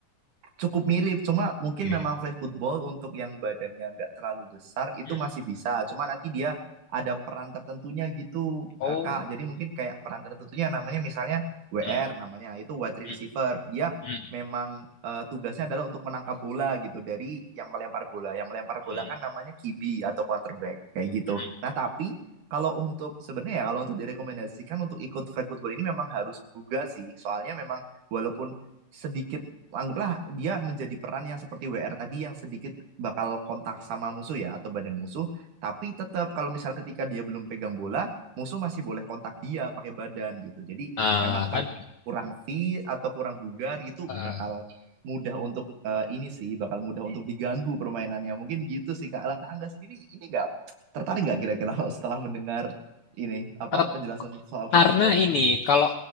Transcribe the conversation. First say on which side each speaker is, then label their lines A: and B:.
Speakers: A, on the right; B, on the left.
A: Cukup mirip, cuma mungkin
B: Mirip.
A: memang flag football untuk yang badannya nggak terlalu besar itu
B: Hmm.
A: masih bisa. Cuma nanti dia ada peran tertentunya gitu, Kak.
B: Oh.
A: Jadi mungkin kayak peran tertentunya namanya misalnya WR
B: Hmm.
A: namanya, itu wide receiver.
B: Hmm.
A: Dia
B: Hmm.
A: memang eh, tugasnya adalah untuk menangkap bola gitu dari yang melempar bola. Yang melempar bola
B: Hmm.
A: kan namanya QB atau quarterback kayak gitu.
B: Hmm.
A: Nah, tapi kalau untuk sebenarnya ya kalau untuk direkomendasikan untuk ikut flag football ini memang harus buga sih. Soalnya memang walaupun sedikit anggaplah dia menjadi peran yang seperti WR tadi yang sedikit bakal kontak sama musuh ya atau badan musuh, tapi tetap kalau misal ketika dia belum pegang bola, musuh masih boleh kontak dia pakai badan gitu. Jadi
B: Nah,
A: emang kalau
B: kan
A: kurang fit atau kurang bugar gitu
B: eh,
A: bakal mudah untuk eh, ini sih, bakal mudah untuk diganggu permainannya. Mungkin gitu sih Kak. Lah, Kak Angga sendiri ini nggak tertarik nggak kira-kira <laughs> setelah mendengar ini apa
B: eh,
A: penjelasan soal flag
B: karena
A: football?
B: ini kalau